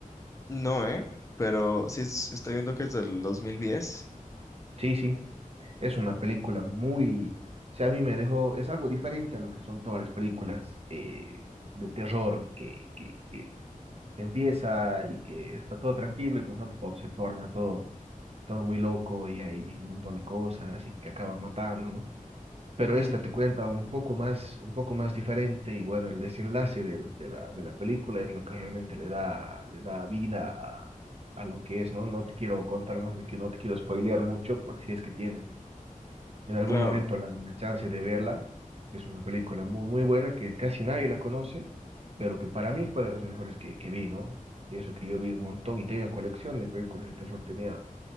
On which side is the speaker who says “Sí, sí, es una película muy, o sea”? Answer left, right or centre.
Right